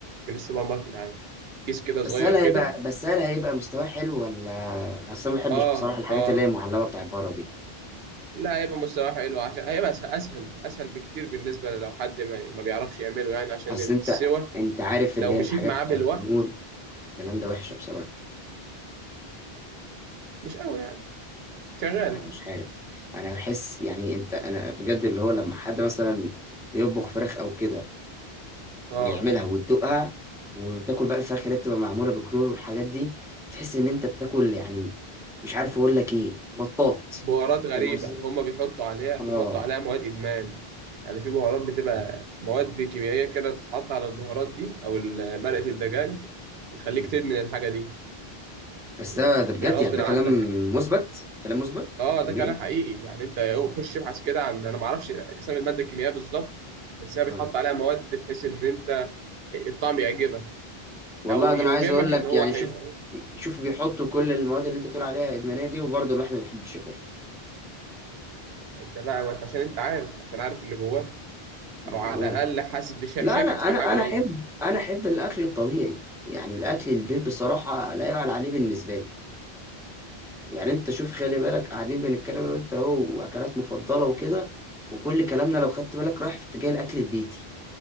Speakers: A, on the right; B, in the centre.
A: من السوبر ماركت عادي كيس كده
B: بس
A: صغير
B: هل هيبقى
A: كده
B: بس هل هيبقى مستواه حلو ولا اصل أنا ما بحبش
A: اه
B: بصراحه الحاجات
A: اه
B: اللي هي معلبه بتاعت بره دي
A: لا هيبقى مستواه حلو عشان هيبقى أسه- اسهل اسهل بكتير بالنسبة لو حد ما, ما بيعرفش يعمله يعني عشان
B: اصل
A: السوا
B: انت انت عارف اللي
A: لو
B: هي
A: مشيت
B: الحاجات
A: معاه
B: بتاعت
A: بالوقت
B: النور الكلام ده وحشه بصراحه
A: مش قوي يعني شغال
B: انا مش عارف انا بحس يعني انت انا بجد اللي هو لما حد مثلا يطبخ فراخ او كده ويعملها
A: اه
B: وتدوقها وتاكل بقى الفراخ اللي بتبقى معموله بكنور والحاجات دي تحس ان انت بتاكل يعني مش عارف اقول لك ايه مطاط
A: بهارات غريبة
B: فاهم قصدي؟
A: هما بيحطوا عليها بيحطوا
B: اه
A: عليها مواد إدمان يعني في بهارات بتبقى
B: م-
A: مواد كيميائية كده بتتحط على البهارات دي أو ال- مرقة
B: م-
A: الدجاج بتخليك
B: م.
A: تدمن الحاجة دي
B: بس
A: و-
B: ده ده بجد
A: يعني غصب
B: يعني ده كلام
A: عنك
B: مثبت كلام مثبت
A: اه
B: علميا
A: ده كلام حقيقي يعني انت خش ابحث كده عن انا ما اعرفش اسامي الماده الكيميائيه بالظبط بس هي بيتحط
B: اه
A: عليها مواد بحيث ان انت الطعم يعجبك
B: والله
A: او يوهمك
B: ده انا عايز اقول لك
A: ان هو
B: يعني
A: حلو
B: شوف شوف بيحطوا كل المواد اللي انت بتقول عليها ادمانيه دي وبرضه الواحد ما بيحبش ياكل
A: يعني انت بقى ما انت عشان انت عارف عشان عارف اللي جواه
B: بقول-
A: او على الاقل حاسس بشك
B: لا
A: شاكك
B: انا انا
A: في حاجه
B: انا
A: غلط
B: احب انا احب الاكل الطبيعي يعني الاكل البيت بصراحه لا يعلى عليه بالنسبه لي يعني انت شوف خلي بالك قاعدين بنتكلم انا وانت اهو واكلات مفضله وكده وكل كلامنا لو خدت بالك رايح في اتجاه الاكل البيتي